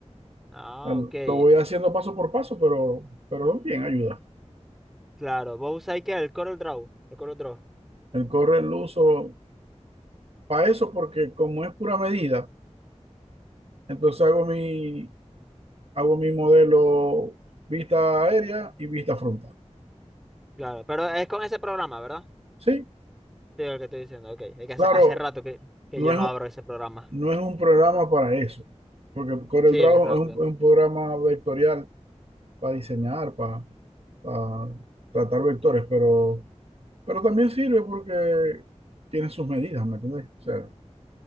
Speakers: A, in the centre; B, on the right (about 55°).
A: Ah,
B: Al-
A: ok.
B: Lo lo voy haciendo paso por paso, pero, pero bien, ayuda.
A: Claro. Vos usáis que el Corel Draw. El Corel Draw.
B: El corre lo uso para eso porque como es pura medida, entonces hago mi, hago mi modelo vista aérea y vista frontal.
A: Claro. Pero es con ese programa, ¿verdad?
B: Sí,
A: Sí, el que estoy diciendo. Ok. Es que hace,
B: claro,
A: hace rato que, que
B: no
A: yo
B: es,
A: no abro ese programa.
B: no es un programa para eso, porque CorelDRAW
A: Sí, exacto.
B: es un, es un programa vectorial para diseñar, para, para tratar vectores, pero, pero también sirve porque tiene sus medidas, ¿me entiendes? O sea,